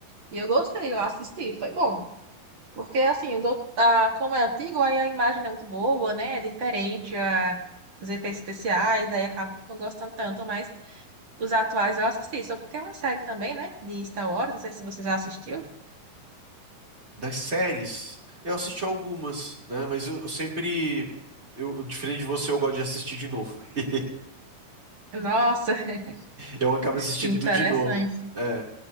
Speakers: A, on the right; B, on the right.
A: E eu gostei, eu assisti, foi bom. Porque, assim, o dou- a, como é antigo, aí a imagem não é muito boa, né? É diferente, a, os efeitos especiais, aí acaba não gostando tanto, mas os atuais eu assisti. Só que tem uma série também, né? De Star Wars, não sei se você já assistiu.
B: Das séries, eu assisti algumas, né? Mas eu, eu sempre. Eu, eu, diferente de você, eu gosto de assistir de novo. <laughs>
A: Nossa, <laughs>
B: Eu acabo assistindo
A: que interessante.
B: tudo de novo. É.